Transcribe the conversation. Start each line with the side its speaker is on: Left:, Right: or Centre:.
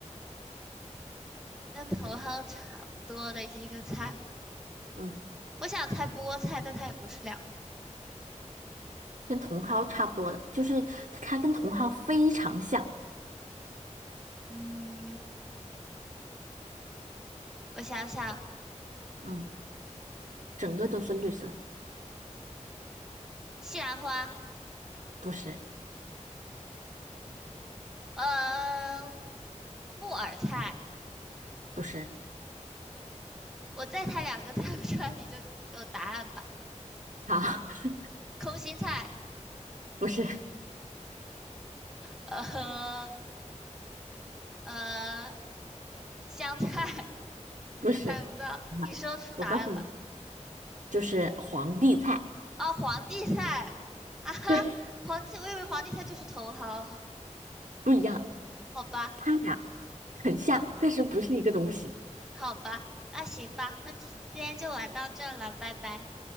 Centre: 跟茼蒿差不多的一个菜。
Right: 嗯，
Centre: 我想猜菠菜，但它也不是两个字。
Right: 跟茼蒿差不多的，就是它跟茼蒿非常像，
Centre: 嗯，我想想，
Right: 嗯。整个都是绿色，
Centre: 西兰花，
Right: 不是，
Centre: 呃，木耳菜。
Right: 不是，
Centre: 我再猜两个 <laughs> 猜不出来，你就给我答案吧。
Right: 好，<laughs>
Centre: 空心菜。
Right: 不是，
Centre: 呃，呃，香菜，<laughs>
Right: 不是，
Centre: 我猜不到，
Right: 那我告诉你，
Centre: 你说出答案吧。
Right: 就是皇帝菜，
Centre: 哦，皇帝菜啊哈，
Right: 对，
Centre: 皇帝，我以为皇帝菜就是茼蒿，
Right: 不一样，
Centre: 好吧，
Right: 它俩很像，
Centre: 他
Right: 但是不是一个东西。
Centre: 好吧，那行吧，那今今天就玩到这了，拜拜。